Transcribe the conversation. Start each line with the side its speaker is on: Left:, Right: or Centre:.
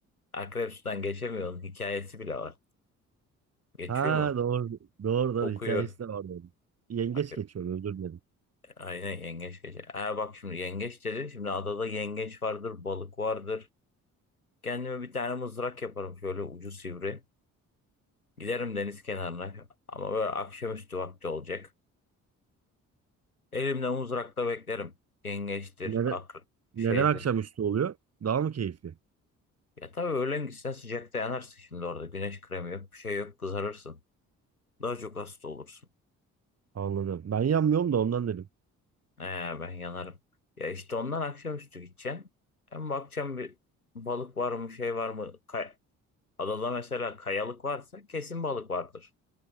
Left: Akrep sudan geçemiyor. Onun hikayesi bile var. Geçiyor
Right: Ha
Left: mu?
Right: doğru. Doğru doğru.
Left: Kokuyor.
Right: Hikayesi de var. doğru. Yengeç
Left: Akrep.
Right: geçiyor özür dilerim.
Left: Aynen yengeç geçer. Ha bak şimdi yengeç dedi. Şimdi adada yengeç vardır, balık vardır. Kendime bir tane mızrak yaparım şöyle ucu sivri. Giderim deniz kenarına. Ama böyle akşamüstü vakti olacak. Elimde mızrakla beklerim. Yengeçtir,
Right: Neden,
Left: akrep şeydir.
Right: neden akşamüstü oluyor? Daha mı keyifli?
Left: Ya tabii öğlen gitsen sıcakta yanarsın şimdi orada. Güneş kremi yok, bir şey yok, kızarırsın. Daha çok hasta olursun.
Right: Anladım. Ben yanmıyorum da ondan dedim.
Left: Ee, ben yanarım. Ya işte ondan akşamüstü gideceksin. Hem bakacağım bir balık var mı, şey var mı? Kay- Adada mesela kayalık varsa kesin balık vardır.